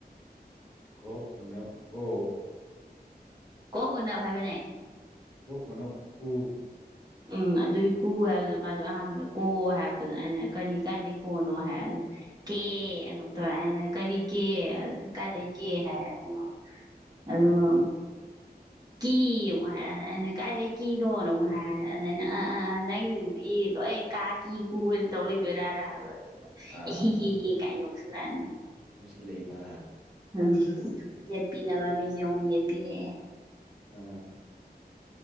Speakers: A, in the centre; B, on the right (about 25°).
A: ꯀꯣꯛ ꯎꯅꯞ ꯀꯣ
B: ꯀꯣꯛ ꯎꯅꯞ ꯍꯥꯏꯕꯅꯦ
A: ꯀꯣꯛ ꯎꯅꯞ ꯀꯨ
B: ꯎꯝ ꯑꯗꯨꯏ ꯀꯨ ꯍꯥꯏꯕꯗꯣ ꯃꯥꯖꯨ ꯑꯍꯥꯟꯕꯗ ꯀꯣ ꯍꯥꯏꯔꯛꯄꯗ ꯑꯩꯅ ꯀꯔꯤ ꯀꯥꯏꯗꯩ ꯀꯣꯅꯣ ꯍꯥꯏ ꯑꯗ ꯀꯦ
A: ꯑ
B: ꯑꯗꯨꯝ ꯇꯧꯔꯦ ꯑꯩꯅ ꯀꯔꯤ ꯀꯦ ꯀꯥꯏꯗꯩ ꯀꯦ ꯍꯥꯏ ꯑꯗꯨꯅꯣ ꯑꯗꯨꯒ
A: ꯎꯝ
B: ꯀꯤ ꯑꯃꯨꯛ ꯍꯥꯏꯔꯛꯅꯤ ꯑꯩꯅ ꯀꯥꯏꯗꯩ ꯀꯤꯅꯣꯅ ꯑꯃꯨꯛ ꯍꯥꯏꯔꯅꯤ ꯑꯗ ꯑꯩꯅ ꯑ ꯑꯥ ꯑꯥ ꯅꯪꯒꯤꯗꯨꯗꯤ ꯂꯣꯏ ꯑꯩꯅ ꯀꯥ ꯀꯤ ꯀꯨ ꯑꯅ ꯇꯧ ꯂꯩ ꯕꯦꯔꯥꯅꯤ ꯍꯥꯏꯕ
A: ꯑꯥ
B: ꯏ ꯍꯤ ꯍꯤ ꯍꯤ ꯀꯥꯏꯅ ꯅꯣꯛꯁꯤꯟꯂꯛꯑꯅꯤ
A: ꯅꯨꯡꯁꯤꯠ ꯂꯩꯕ
B: ꯎꯝ ꯌꯦꯠꯄꯤꯅꯕ ꯃꯤꯖꯦ ꯑꯃꯨꯛ ꯌꯦꯠꯄꯤꯔꯛꯑꯦ
A: ꯑ